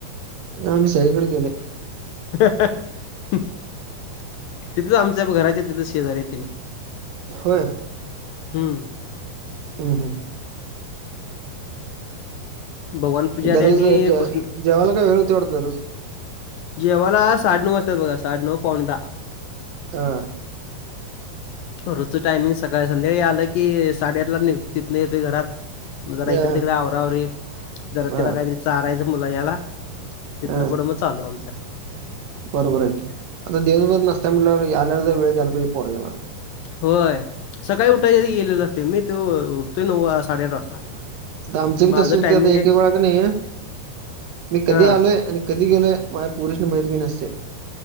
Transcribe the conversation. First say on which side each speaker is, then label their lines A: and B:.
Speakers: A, on the right; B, on the left.
A: आ मी सगळीकडे गेलोय.
B: तिथंच आमच्या घराच्या तिथं शेजारी आहेत तेनी.
A: व्हय.
B: हम्म.
A: हम्, हम.
B: भगवान पुजारी
A: दररोज
B: आणि
A: जे
B: कृष्ण
A: जेवायला काय वेळ होतोय वाटतं दररोज
B: जेवाला साडे नऊ वाजत्यात बघा, साडे -नऊ पावणे दहा.
A: हा.
B: रोजच टायमिंग सकाळी, संध्याकाळी आलं की साडे-आठला निघ तिथंन येतोय घरात. जरा
A: अ
B: इकड- तिकड आवरा-आवरी जरा
A: हा
B: तिला काहीतरी चारायचं मुलग्याला. तिथन
A: हा
B: पुढं मग चालू आमचं.
A: बरोबर हाय कि, आता दिवसभर नसता म्हटल्यावर आल्यावर वेळ द्यायला पाहिजे कि पोरग्याला.
B: होय, सकाळी उठायच्या आधी गेलेलं असतोय वो मी तो उठतोय नऊ, साडे-आठ वाजता
A: आता आमचं
B: माझं
A: बी तसच होतंय,
B: टायमिंग
A: आता एक-
B: आहे
A: एक वेळा कणी, मी कधी
B: हां.
A: आलोय आणि कधी गेलोय माझ्या पोरींसनी माहित पण नसतय.